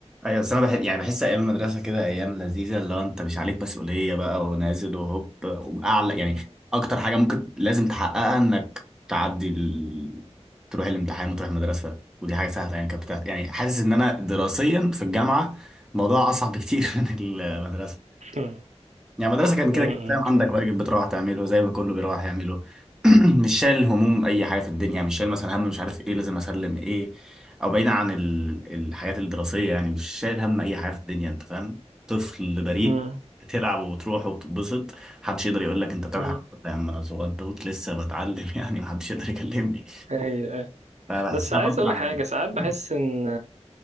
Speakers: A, in the centre; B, on the right.
A: ايوه بس انا بحب يعني بحس ايام المدرسه كده ايام لذيذه اللي هو انت مش عليك مسؤوليه بقى ونازل وهوب واعلى يعني
B: مم.
A: اكتر حاجه ممكن لازم تحققها انك تعدي ال... تروح الامتحان وتروح المدرسه ودي حاجه سهله يعني كانت بتاعت... يعني حاسس ان انا دراسيا في الجامعه الموضوع اصعب بكتير <laughs> من المدرسه
B: مم.
A: يعني المدرسة كان كده
B: مم.
A: كده فاهم عندك
B: شو-
A: واجب بتروح تعمله زي ما كله بيروح يعمله <clears throat> مش شايل هموم أي حاجة في الدنيا مش شايل مثلا هم مش عارف إيه لازم أسلم إيه أو بعيدا عن ال- الحاجات الدراسية يعني مش شايل هم أي حاجة في الدنيا أنت فاهم طفل بريء
B: مم.
A: بتلعب وبتروح وبتتبسط محدش يقدر يقول لك أنت بتعمل
B: مم.
A: حاجة غلط. يا عم أنا صغير توت لسه بتعلم <laughs> يعني محدش يقدر يكلمني
B: أيوة أيوة.
A: فبحس
B: بس
A: إنها
B: عايز
A: فترة
B: أقول لك
A: حلوة
B: حاجة ساعات بحس
A: <laughs>
B: إن